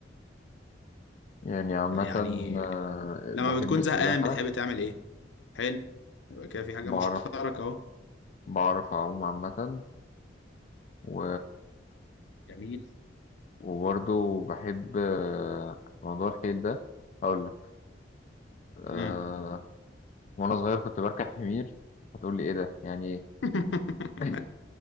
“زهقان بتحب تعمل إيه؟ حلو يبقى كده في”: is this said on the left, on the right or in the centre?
Left